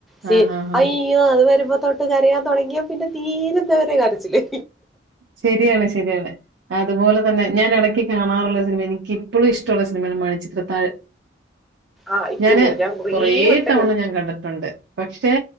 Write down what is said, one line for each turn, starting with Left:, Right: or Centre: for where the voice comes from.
Centre: സീ
Right: ആഹാഹാ.
Centre: യോ അത് വരുമ്പോ തൊട്ട് കരയാൻ തുടങ്ങിയാ പിന്നെ തീരുന്നവരെ കരച്ചില്
Right: ശരിയാണ് ശരിയാണ് അതുപോലെ തന്നെ ഞാൻ എടക്ക് കാണാറുള്ള സിനിമ എനിക്ക് ചി - എപ്പോഴും ഇഷ്ടള്ള സിനിമയാണ് മണിചിത്രത്താഴ്
Centre: ആഹ് അയ്യോ
Right: ഞാന്
Centre: ഞാൻ കുറേ
Right: കൊറേ
Centre: വട്ടം
Right: തവണ ഞാൻ കണ്ടിട്ടുണ്ട് പക്ഷെ